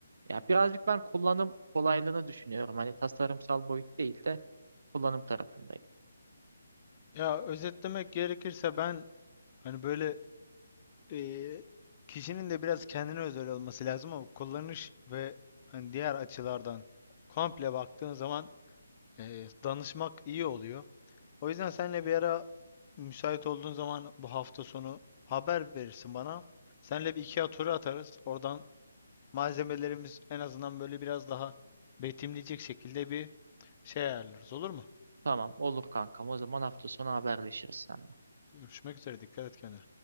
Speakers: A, on the right; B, on the left.
A: ya birazcık ben kullanım kolaylığını düşünüyorum. Hani tasarımsal boyut değil de kullanım tarafındayım.
B: Ya özetlemek gerekirse ben hani böyle eee, kişinin de biraz kendine özel olması lazım ama kullanış ve hani diğer açılardan komple baktığın zaman eee, danışmak iyi oluyor. O yüzden senle bir ara müsait olduğun zaman bu hafta sonu haber verirsin bana. Senle bir IKEA turu atarız. Oradan malzemelerimiz en azından böyle biraz daha betimleyecek şekilde bir şey ayarlarız. Olur mu?
A: Tamam olur kankam. O zaman hafta sonu haberleşiriz sen.
B: Görüşmek üzere. Dikkat et kendine.